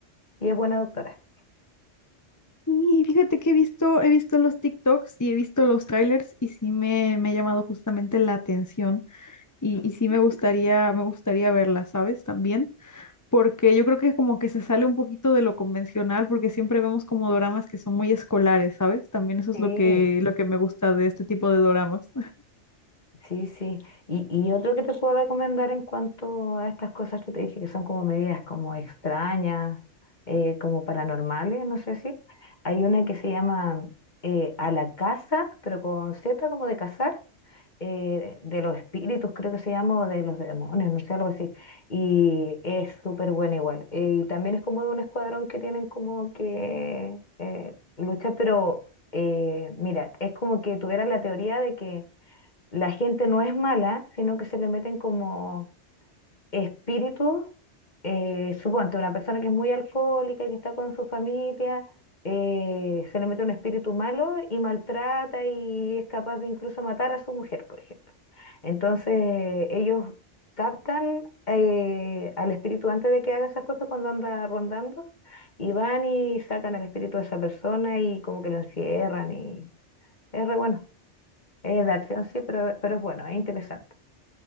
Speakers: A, on the left; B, on the left.
A: Y es buena doctora.
B: Y fíjate que he visto, he visto los TikToks y he visto los trailers y sí me, me ha llamado justamente la atención y, y sí me gustaría, me gustaría verla, ¿sabes? También, porque yo creo que como que se sale un poquito de lo convencional, porque siempre vemos como doramas que son muy escolares, ¿sabes? También eso es
A: Sí,
B: lo que, lo que me gusta de este tipo de doramas.
A: Sí, sí. Y, y otro que te puedo recomendar en cuanto a estas cosas que te dije, que son como medidas como extrañas, eh, como paranormales, no sé si. Hay una que se llama eh, A la Casa, pero con Z como de cazar, eh, de los espíritus, creo que se llama, o de los demonios, no sé, algo así. Y es súper buena igual. Eh, y también es como de un escuadrón que tienen como que eh, lucha, pero eh, mira, es como que tuviera la teoría de que la gente no es mala, sino que se le meten como espíritus. eh, suponte, una persona que es muy alcohólica y que está con su familia, eh, se le mete un espíritu malo y maltrata y es capaz de incluso matar a su mujer, por ejemplo. Entonces, ellos captan eh, al espíritu antes de que haga esas cosas cuando anda rondando y van y sacan al espíritu de esa persona y como que lo encierran y es re bueno. Es de acción, sí, pero, pero es bueno, es interesante.